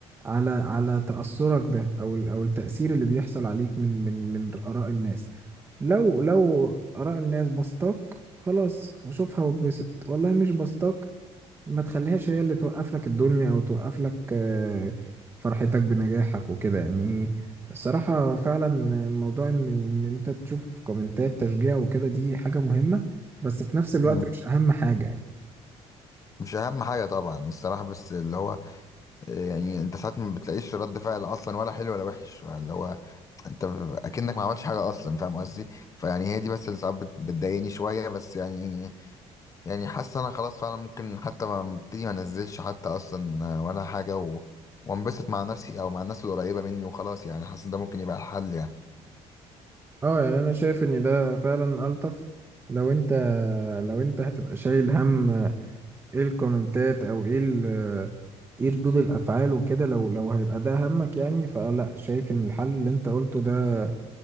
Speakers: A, on the right; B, on the left.
A: على على تأثرك ده او ال- او التأثير اللي بيحصل عليك من من من آراء الناس لو لو آراء الناس بسطاك خلاص شوفها وبسط والله مش بسطاك ما تخليهاش هي اللي توقف لك الدنيا او توقف لك آه، فرحتك بنجاحك وكده يعني الصراحة فعلا موضوع ان ان انت تشوف كومنتات تشجيع وكده دي حاجة مهمة بس في نفس الوقت
B: مم.
A: مش اهم حاجة
B: مش اهم حاجه طبعا الصراحه بس اللي هو يعني انت ساعات ما بتلاقيش رد فعل اصلا ولا حلو ولا وحش اللي هو انت ب- اكنك ما عملتش حاجه اصلا فاهم قصدي فيعني هي دي بس اللي ساعات بت- بتضايقني شويه بس يعني يعني حاسس انا خلاص فعلا ممكن حتى ما ابتدي ما انزلش حتى اصلا ولا حاجه و... وانبسط مع نفسي او مع الناس القريبه مني وخلاص يعني حاسس إن ده ممكن يبقى الحل يعني
A: اه يعني انا شايف ان ده فعلا الطف لو انت لو انت هتبقى شايل هم ايه الكومنتات او ايه ال- ايه ردود الافعال وكده لو لو هيبقى ده همك يعني فلا شايف ان الحل اللي انت قلته ده